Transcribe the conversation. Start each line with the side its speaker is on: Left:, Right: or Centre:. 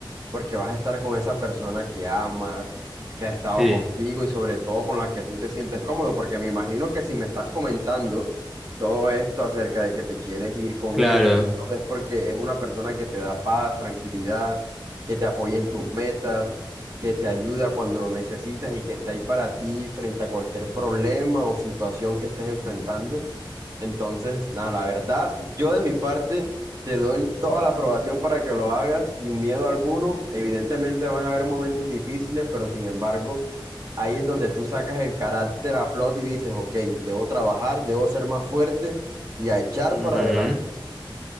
Right: porque vas a estar con esa persona que amas, que ha estado
Centre: Sí,
Right: contigo y sobre todo con la que tú te sientes cómodo, porque me imagino que si me estás comentando todo esto acerca de que te quieres ir con
Centre: claro.
Right: ella, es porque es una persona que te da paz, tranquilidad, que te apoya en tus metas, que te ayuda cuando lo necesitas y que está ahí para ti frente a cualquier problema o situación que estés enfrentando. Entonces, nada, la verdad, yo de mi parte te doy toda la aprobación para que lo hagas sin miedo alguno. Evidentemente van a haber momentos difíciles, pero sin embargo, ahí es donde tú sacas el carácter a flote y dices, ok, debo trabajar, debo ser más fuerte y a echar
Centre: Ujú.
Right: para adelante.